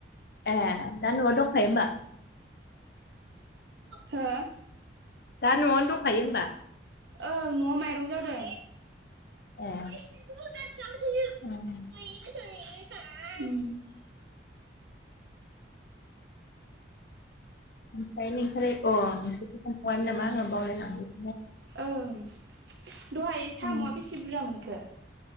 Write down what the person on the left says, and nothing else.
ए दा न'आव दंखायो होमबा?
दा न'आवनो दंखायो होनबा?
ए
ओं।
ओमफ्राय नोंस्रालाय अ <unintelligible> नामा आङो बावलायलांबाय।
उम,